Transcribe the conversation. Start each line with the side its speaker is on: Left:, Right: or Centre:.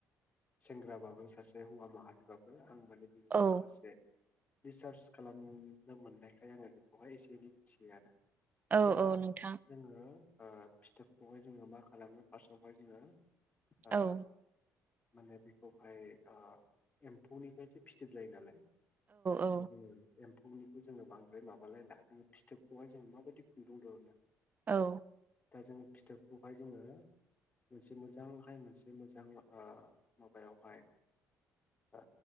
Left: सेंग्राबाबो सासे हौवा माहारिबाबो आं माने दिननि
Right: औ
Left: माखासे रिसार्ज खालामनो मोननायखाय आङो बेखौहाय एसे एनै मिथियो आरो
Right: औ
Left: दा
Right: औ नोंथां
Left: जोङो ओ फिथोबखौहाय जोङो मा खालामो फार्स्टआवहाय जोङो
Right: औ
Left: ओ
Right: औ
Left: माने बेखौहाय ओ एम्फौनिफ्रायसो फिदोब जायो नालाय <unintelligible>
Right: औ
Left: बेनि जोंङो बांद्राय माबालाय ला जोङो फिथोबखौहाय जोङो माबायदिुन्दुं दिहुनो।
Right: औ।
Left: दा जोङो फिथोबखौहाय जोङो मोनसे मोजांहाय मोनसे मोजां माबायावहाय ओ